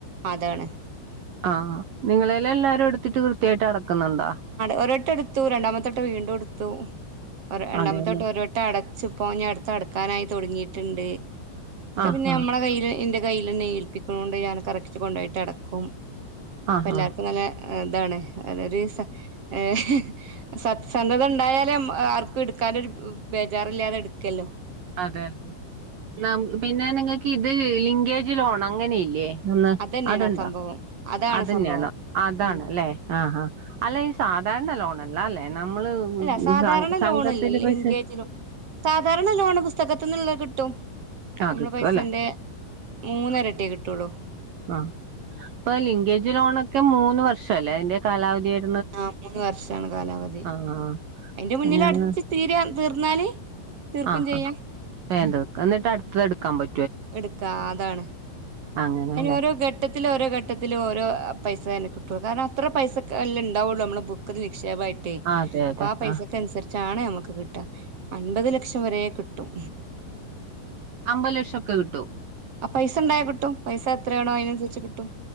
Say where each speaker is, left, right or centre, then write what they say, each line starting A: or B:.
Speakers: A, on the right; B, on the right.
A: അതാണ്
B: ആഹ് നിങ്ങളെല് എല്ലാരും എടുത്തിട്ട് കൃത്യായിട്ട് അടക്കുന്നുണ്ടോ
A: ഒരട്ട എടുത്തു രണ്ടാമത്തട്ട വീണ്ടും എടുത്തു രണ്ടാമത്തെട്ട
B: അതെല്ലെ
A: ഒര വട്ട അടച്ചു ഇപ്പോ ഞി അടുത്ത് അടക്കാനായി തുടങ്ങിയിട്ടുണ്ട് ഒക്കെ
B: ആഹ്
A: പിന്നെ
B: ആഹ്
A: നമ്മടെ കയ്യിൽ ഉന്റെ കയ്യിൽ തന്നെ ഏൽപ്പിക്ണോണ്ട് ഞാൻ കറക്റ്റ് കൊണ്ടുപോയിട്ട് അടക്കും
B: ആഹ്
A: അപ്പൊ എല്ലാർക്കും
B: ആഹ്
A: നല്ല ഇതാണ് അതൊരു സ ഏ സത്യസന്ധത ഉണ്ടായാലേ ആർക്കും എടുക്കാനൊരു ബേജാറില്ലാതെ എടുക്കല്ലോ.
B: അതെ അതെ നാ പിന്നെ നിങ്ങൾക്ക് ഇത് ലിങ്കേജ് ലോൺ അങ്ങനെ ഇല്ലേ? ഒന്ന്
A: അതന്നെയാണ്
B: അതുണ്ടോ
A: ആ സംഭവം അതാണ്
B: അതന്നെയാണ്
A: സംഭവം
B: അതാണ്ല്ലേ?
A: ഉം
B: ആഹാ, അല്ല ഈ സാധാരണ
A: ഉം
B: ലോണല്ല അല്ലേ നമ്മള്
A: അല്ല സാധാരണ
B: സംഘ സംഘത്തില്
A: ലോണല്ല, ലിങ്കേജ്
B: പൈസ
A: ലോൺ സാധാരണ ലോണ് പുസ്തകത്തിന്നുള്ളത് കിട്ടും.
B: ആ
A: നമ്മള
B: കിട്ടും
A: പൈസന്റെ
B: അല്ലെ
A: മൂന്ന എരട്ടി കിട്ടുള്ളൂ
B: ആ, ഇപ്പൊ ലിങ്കേജ് ലോണ ഒക്കെ മൂന്ന് വർഷം അല്ലേ അതിന്റെ കാലാവധിയായി
A: ആഹ, മൂന്ന് വർഷാണ് കാലാവധി
B: ആഹ്
A: അതിന്റെ മുന്നിൽ
B: ഞങ്ങ
A: അടച്ച് തീരാ തീർന്നാല് തീർക്കും
B: അ ആഹാ
A: ചെയ്യാം
B: വേഗം തീർക്കാ എന്നിട്ട് അടുത്തത് എടുക്കാൻ പ
A: എടുക്കാ അതാണ്
B: അങ്ങനെല്ലേ
A: അയിന് ഓരോ ഘട്ട് ഘട്ടത്തില് ഓരോ ഘട്ടത്തിലും ഓരോ പൈസ അയിന് കിട്ടും കാരണം അത്ര പൈസെ ഒക്കെല്ലെ ഉണ്ടാവുള്ളൂ നമ്മൾ ബുക്ക്ന്ന് നിക്ഷേപായിട്ട്
B: ആഹ് അതെ
A: അപ്പൊ
B: അതെ
A: ആ പൈസക്ക്
B: ആഹ്
A: അനുസരിച്ചാണ് നമുക്ക് കിട്ട അൻപത് ലക്ഷം വരെ കിട്ടും
B: അമ്പത് ലക്ഷം ഒക്കെ കിട്ടൂ
A: ആ, പൈസ ഉണ്ടായ കിട്ടും പൈസ എത്രയാണോ അതിനനുസരിച്ച് കിട്ടും